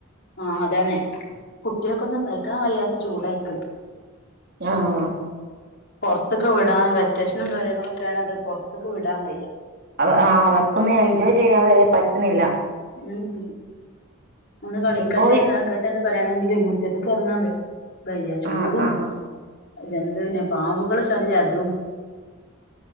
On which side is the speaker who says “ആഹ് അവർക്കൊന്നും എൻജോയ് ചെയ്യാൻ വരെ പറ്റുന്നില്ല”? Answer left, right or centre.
Right